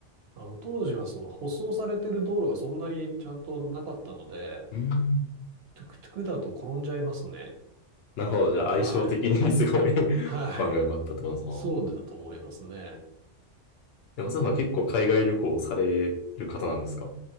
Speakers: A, on the right; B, on the left.
A: あの、当時はその舗装されてる道路がそんなにちゃんとなかったので、
B: い。うん。
A: トゥクトゥクだと転んじゃいますね。
B: なるほど。じゃあ相性的にすごい
A: はい。
B: <laughs>
A: はい。
B: 番が良かったってことですね。
A: そうだと思いますね。
B: でも松田さん結構海外旅行される方なんですか